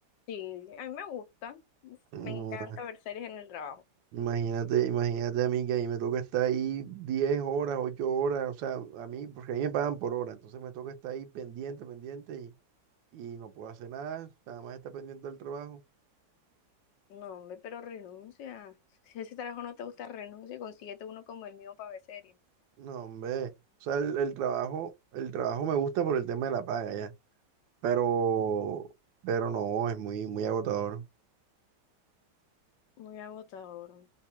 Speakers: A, on the left (about 75°); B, on the right (about 75°).
A: sí, a mí me gusta,
B: Ua,
A: me encanta ver series en el trabajo.
B: Imagínate, imagínate a mí que ahí me toca estar ahí 10 horas, 8 horas, o sea, a mí, porque ahí me pagan por hora, entonces me toca estar ahí pendiente, pendiente y, y no puedo hacer nada, nada más estar pendiente del trabajo.
A: No, hombre, pero renuncia. Si ese trabajo no te gusta, renuncia y consíguete uno como el mío para ver series.
B: No, hombre, o sea, el, el trabajo, el trabajo me gusta por el tema de la paga, ya. Pero, pero no, es muy, muy agotador.
A: Muy agotador.